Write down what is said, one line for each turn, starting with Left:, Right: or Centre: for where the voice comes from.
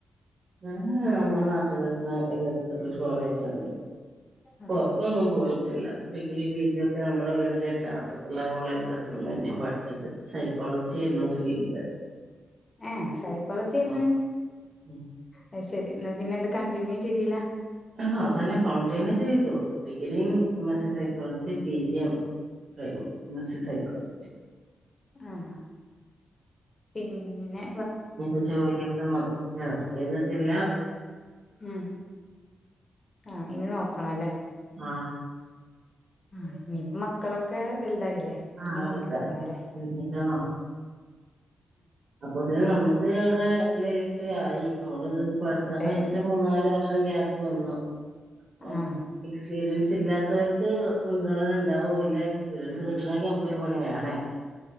Right: ഞാൻ നമ്മളെ നാട്ടിലെ ഒരു കോളേജുണ്ട്..
Left: ആഹ്
Right: പൊറത്തൊന്നും പോയിട്ടില്ല. ഡിഗ്രി പിജി ഒക്കെ നമ്മളെ വീടിന്റെ എടു ത്തുള്ള കോളേജന്ന് തന്നെ പഠിചത്. സൈക്കോളജിര്ന്നു ഫീൽഡ്..
Left: ഏഹ സൈക്കോളജിയെരുന്നു
Right: ആ ഉം.
Left: അഹ് ശരി. ന്ന പിന്നെ എന്ത് കണ്ടിന്യൂ ചെയ്തീല.
Right: ആ അതന്നെ കണ്ടിന്യൂ ചെയ്തു. ഡിഗ്രിം മെസ്സെജയ്
Left: ആഹ്
Right: ക്കോളജി പി ജി എം കഴിഞ്ഞു എം എസ് സി സൈക്കോളജി.
Left: ആഹപിന്നെ
Right: ഞ്ഞിപ്പൊ ജോലിയൊക്കെ നോകണം വർക്ക് ചെതിട്ടില്ല.
Left: മ്മ് ആഇനി നോക്കണലേ.
Right: ആ
Left: ആ മക്കളൊക്കെ വൽതായിലേ
Right: ആഹ്
Left: ഇനി
Right: വലുതായി
Left: നോക്കി തോടങ്ങലേ
Right: കഴിഞ്ഞിട്ട് അപ്പൊതിന് നമ്മുക്ക് അവടെ ലേറ്റ് ആയി. നമ്മള് പട്ത്തം
Left: അതെ
Right: കഴിഞ്ഞിട്ട് മൂന്ന നാല് വ ക്യാപ്പ് വന്നു.
Left: ആഹ.
Right: ഓ, എക്സ്പീരിയൻസ് ഇല്ലാത്തവർക്ക് മുൻഗണന ഉണ്ടാവൂല്ല. എക്സ്പീരിയൻസ് കിട്ടണമെങ്കി നമുക്കൊരു പണി വേണേനു.